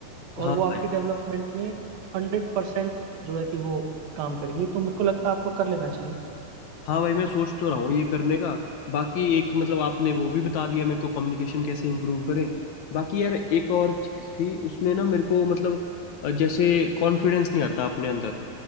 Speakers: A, on the right (about 85°); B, on the left (about 65°).
A: और
B: हाँ
A: वो आपकी
B: भाई
A: डेवलपमेंट में हंड्रेड परसेंट जो है कि वो काम करेंगे तो मेरे को लगता है आपको कर लेना चाहिए
B: हाँ भाई मैं सोच तो रहा हूँ ये करने का बाकी एक मतलब आपने वो भी बता दिया मेरे को कम्युनिकेशन कैसे इम्प्रूव करें बाकी यार एक और चीज़ थी उसमें ना मेरे को मतलब अ, जैसे कॉन्फिडेंस नहीं आता अपने अंदर